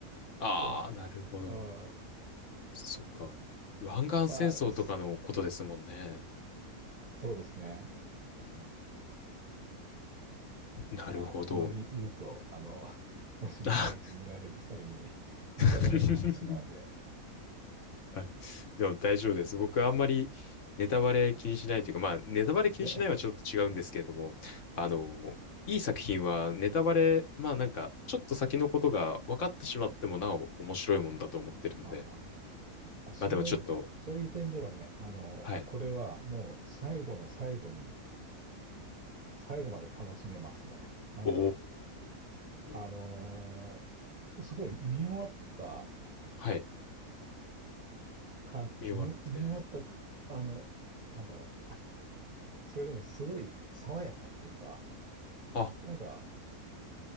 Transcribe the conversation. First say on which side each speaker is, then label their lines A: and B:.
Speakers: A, on the left (about 60°); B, on the right (about 35°).
A: あ、ああ、
B: ただ、
A: なるほど。
B: うん、
A: そっか。湾岸戦争とかのことですもんね。
B: まあ、すそうですね。
A: うんうんなるほど。
B: まあ、あまり言うと、あの、<laughs> もし万が一見られる際に
A: あ
B: <laughs> ネタバレになってしまうんで、
A: <laughs> あでも大丈夫です。僕あんまりネタバレ気にしないというか、まあネタバレ気にしないはちょっと違うんですけれども、
B: で、
A: あの、いい作品はネタバレ、まあなんかちょっと先のことが分かってしまってもなお面白いもんだと思ってるんで、
B: あーあ、そうい、
A: まあでもちょっと、
B: そういう点ではね、あの、
A: はい。
B: これはもう最後の最後に、最後まで楽しめますね。なんだろ
A: お
B: う。あのーすごい見終わった
A: ー。はい。
B: 感、
A: 見終わって、
B: 見お、見終わった、あの、なんだろう。それがね、すごい爽やかっていうか、
A: あ、
B: なんか、